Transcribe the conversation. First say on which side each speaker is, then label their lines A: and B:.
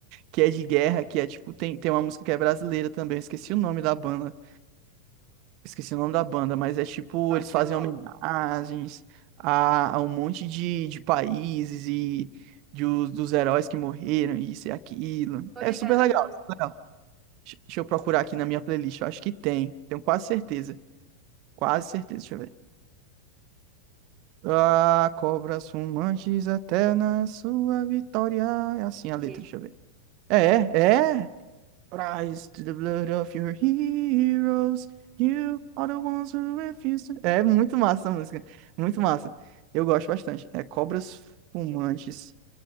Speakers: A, on the right; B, on the right.
A: que é de guerra, que é tipo, tem, tem uma música que é brasileira também, eu esqueci o nome da banda. Esqueci o nome da banda, mas é tipo,
B: Vacilou.
A: eles fazem homenagens a, a um monte de, de países e de, os- dos heróis que morreram, isso e aquilo.
B: Tô
A: É
B: ligada
A: super legal,
B: não.
A: super
B: O
A: legal. Deixa deixa eu procurar aqui na minha playlist. Eu acho que tem. Tenho quase certeza. Quase certeza. Deixa eu ver. Ah, cobras fumantes até na sua vitória. É assim a letra,
B: quê?
A: deixa eu ver. É, é. Rise to the blood of your heroes. You are the ones who refuse to... É muito massa essa música. Muito massa. Eu gosto bastante. É Cobras Fumantes.